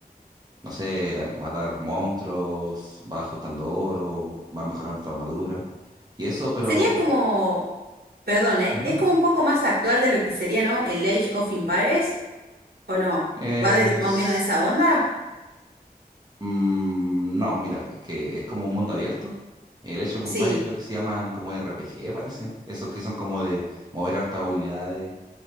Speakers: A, on the right (about 25°); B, on the right (about 85°).
A: no sé, a- matar monstruos, vas juntando oro, vas mejorando tu armadura. Y eso, pero...
B: Sería como, perdón, ¿eh?
A: ujú,
B: Es como un poco más actual de lo que sería, ¿no? El Age of Empires, ¿o no?
A: Es...
B: ¿Va de- más o menos de esa onda?
A: mm, no, mira, que es como un mundo abierto. El Age of
B: Sí,
A: Empires creo que se llaman como RPG, parece. Esos que son como de mover hartas unidades.